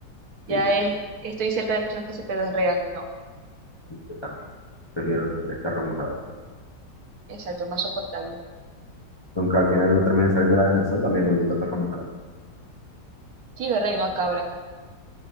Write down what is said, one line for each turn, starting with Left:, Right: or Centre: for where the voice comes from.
Right: Ya
Left: Sí, yo,
Right: es, estoy cerca de personas que se pedorrean y no.
Left: yo también. Prefiero los tres perros mojados.
Right: Exacto, es más soportable.
Left: Aunque al final no termine saliendo del ascensor, también volviendo a perro mojado.
Right: Sí, verdad, y no a cabra.